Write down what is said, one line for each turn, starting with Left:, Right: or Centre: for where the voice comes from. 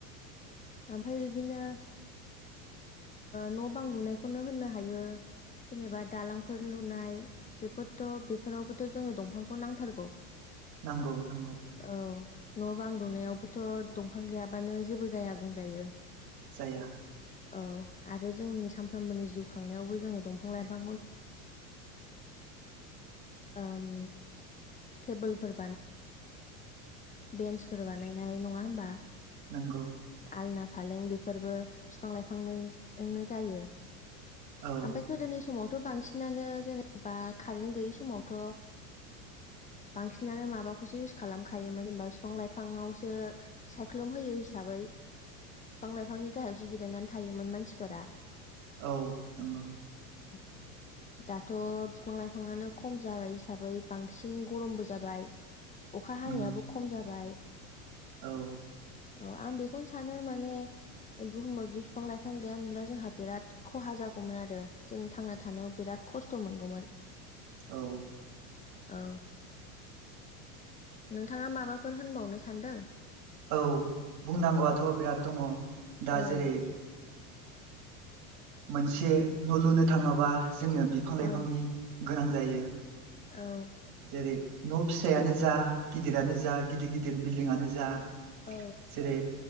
Left: ओमफ्राय बिदिनो न' बां लुनायखौनो होननो हायो। जेनेबा दालांफोर लुनाय बेफोरथ' बेफोरावबोथ' जोंङो दंफांखौ नांथारगौ।
Right: नांगौ नंगौ
Left: औ न' बां लुनायावबोथ' दंफां गैयाबानो जेबो जाया बुंजायो।
Right: जाया
Left: औ आरो जोंनि सानफ्रोमबोनि जिउ खांनायाव एबा ओम तेबोलफोर बेन्सफोर बानायनाय नङा होमबा।
Right: नोंगौ
Left: आलना फालें बेफोरबो बिफां लाइफांजोंनो जायो।
Right: औ
Left: आफ्राय थ' जोंनि समथ थ' बांसिनानो जेनेबा कारेन्ट गैयि समावथ' बांसिनानो माबाखौसो इउस खालामखायोमोन जेनेबा बिफां लाइफाङावसो सायख्लुम होयो हिसाबै। बिफां लाइफांनि गाहायावसो जिरायनानै थायोमोन मानसिफोरा
Right: औ नंगौ
Left: <inaudible> दाथ' बिफां लाइफाङानो खम जाबाय हिसाबै बांसिन गरमबो जाबाय। अखा हानायाबो
Right: उम
Left: खम जाबाय।
Right: औ
Left: अ आं बेखौ सानो माने बुहुमाव बि बिफां लाइफां गैयामोनब्ला जोंहा बिराद खहा जागौमोन आरो। जों थांना थानायाव बिराद खस्थ मोनगौमोन
Right: औ
Left: औ नोंथाङा माबाफोर होनबावनो सानदों
Right: औ बुंनांगौआथ बिराद दङ दा
Left: औ
Right: जेरै मोनसे नलुनो थाङोबा जोंनो बिफां लाइफांनि
Left: औ
Right: गोनां जायो।
Left: औ
Right: जेरै नफिसायानो जा गिदिरानो जा गिदिर गिदिर बिल्डिंआनो जा
Left: औ
Right: जेरै